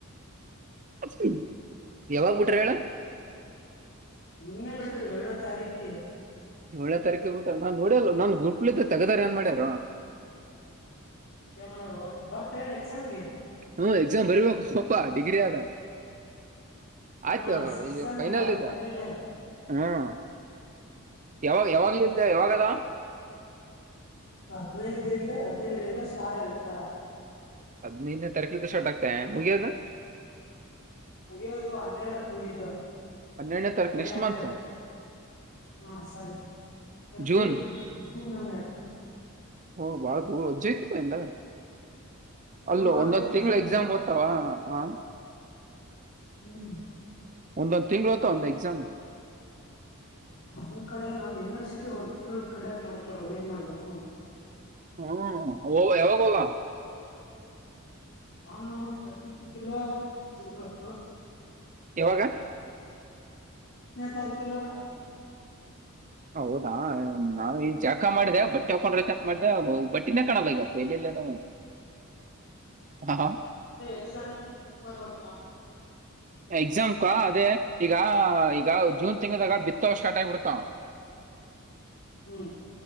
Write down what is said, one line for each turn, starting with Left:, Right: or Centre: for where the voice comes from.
Right: ಹ ಯಾವಾಗ್ ಬಿಟ್ರ ಹೇಳ
Left: ಇನ್ನೆ ಬಿಟರು ಏಳ್ನೇ ತಾರೀಕಿ
Right: ಒಳ್ಳೆ ತಾರೀಕ ಬಿಟ ನಾನ್ ನೋಡ್ಯಲ್ ನನ್ ಗುಟ್ಳಿದ್ದೆ ತಗದಾರ ಏನ್ ಮಾಡ್ಯಾರ
Left: ಏ ಮಾಡಣ ಅಲ್ಲಿ ಬರ್ತ ಎಲ್ಲಿ ಎಕ್ಸಾಮ್ಗೆ
Right: ಹ್ಮ ಎಕ್ಜಾಮ ಭರಿ ಬ ಪಪ್ಪ ಡಿಗ್ರಿ ಆದದ
Left: ಹಾ
Right: ಆಯ್ತ
Left: ಸಿಕ್ಸ್ ಸೆಮ್
Right: ೈನಲ್
Left: ಆಯ್ತು
Right: ಇತ
Left: ಫೈನಲ್ ಇಯರ್
Right: ಹ್ಮ್ ಯಾವಾಗ ಯಾವಾಗ ಇದ್ದ ಯಾವಾಗಲ್ಲ
Left: ಹದ್ನನೈದಿಂದ ಹದ್ನನೈರಿಂದ ಸ್ಟಾರ್ಟ್ ಆಗುತ್ತ <unintelligible>
Right: ಅದನ ತರಕ ತ ಸಟಕಾ ಮುಗಿಯ
Left: ಮುಗಿಯೋದು ಹನ್ನೆರಡಕ್ ಮುಗಿತದ
Right: ಹನ್ನೆರಡನೇ ತಾರೀಕು
Left: ಮೇ
Right: ನೆಕ್ಸ್ಟ್
Left: ಹನ್ನೆರಡು
Right: ಮಂತ್
Left: ಹ ಸರಿ ಏಪ್ರಿಲ್
Right: ಜೂನ್
Left: ಜೂನ್ ಹನ್ನೆರಡು <unintelligible> ಹ
Right: ಹ ಬಾಳ ದೂರ ಹೊಜ್ಜಯತ ಪಂದ
Left: ಹಾ
Right: ಅಲ್ಲ ಒಂದೊಂದ್
Left: ಅದೇ ಎಕ್ಸಾಮ್ಗೆ
Right: ತಿಂಗಳ ಎಕ್ಸಾಮ್ ಓದ್ತಾವ ಹ
Left: ಹ್ಮ್ <unintelligible>
Right: ಒಂದ <unintelligible> ತಿಂಗಳು ತ ಅಂದ ಎಕ್ಸಾಮ
Left: ನಮ್ ಕಡೆ ನಮ್ ಯುನಿವರ್ಸಿಟಿ ಒಂದ್ ತಿಂಗಳ ಕಂಡಕ್ಟ್ ಮಾಡ್ಕರೋದು ಏನ್ ಮಾಡ್ಬೇಕ ನೋ
Right: ಹ್ಮ್ ಹ ಯಾವಾಗಾಗೋಗ
Left: ನಾನು ಚಿಲ್ಲು ಹ್ಮ್ಮ್
Right: ಯಾವಾಗ
Left: ಎ ತಾರಕಲ
Right: ಹೌದಾ <unintelligible> ನಾವ ಈಗ ಜಾಕ ಮಾಡಿದೆೆ ಬಟ್ಟೆ ಹಕೊಂಡ್ರೆ ಚತ್ ಮಾಡಿದೆ ಬಟ್ಟೆ ಇ ಕಣಾಲಗಪ್ಪ ಎಲ್ಲ ಇಲ್ಲದ ಹ ಹಾ
Left: ಅದೇ ಎಕ್ಸಾಮ್ ಮಾಡ್ಬೇಕಪ್ಪಾ
Right: ಎಕ್ಸಾಮಕ ಅದೇ ಈಗ ಈಗ ಜೂನ್ ತಿಂಗದಾಗ ಬಿತ್ತ ಸ್ಟಾರ್ಟ್ ಆಗ್ಬಿಡ್ತಾವ
Left: ಹ್ಮ್